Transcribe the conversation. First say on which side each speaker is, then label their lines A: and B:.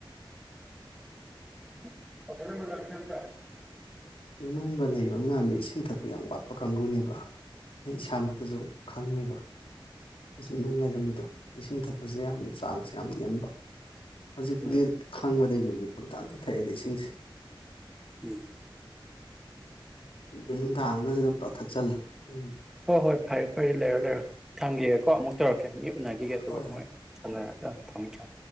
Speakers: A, in the centre; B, on the left (about 90°).
A: <unintelligible>
B: ꯅꯨꯡꯒ ꯂꯩꯕ ꯃꯌꯥꯝꯖꯦ ꯏꯁꯤꯡ ꯊꯛꯄ ꯌꯥꯝ ꯋꯥꯠꯄ ꯀꯥꯡꯒꯨꯅꯦꯕ ꯑꯩ ꯏꯁꯥꯃꯛꯇꯖꯨ ꯈꯪꯉꯦꯕ ꯏꯁꯤꯡ ꯅꯨꯡ ꯂꯩꯔꯝꯃꯤꯗꯣ ꯏꯁꯤꯡ ꯊꯛꯄꯖꯦ ꯌꯥꯝ ꯆꯥꯡꯁꯦ ꯌꯥꯝ ꯅꯦꯝꯕ ꯍꯧꯖꯤꯛꯄꯨꯗꯤ
A: ꯎꯝ
B: ꯈꯪꯕꯗꯒꯤꯕꯨꯗꯤ ꯄꯪꯊꯛꯇ ꯊꯛꯑꯦꯗ ꯏꯁꯤꯡꯁꯦ
A: ꯎꯝ
B: <unintelligible> ꯑꯗꯨꯝ ꯄꯪꯊꯛ ꯊꯪꯛꯆꯜꯂꯦ ꯎꯝ
A: ꯍꯣ ꯍꯣꯏ ꯐꯔꯦ ꯐꯔꯦ ꯂꯩꯔꯣ ꯂꯩꯔꯣ ꯊꯝꯒꯦ ꯀꯣ ꯑꯃꯨꯛ ꯇꯧꯔꯛꯀꯦ ꯃꯤ ꯎꯅꯒꯤꯒꯦ ꯑꯗꯨꯒ
B: ꯍꯣꯏ
A: ꯃꯣꯏ
B: ꯍꯣꯏ
A: <unintelligible> ꯊꯝꯃꯨ ꯊꯝꯃꯨ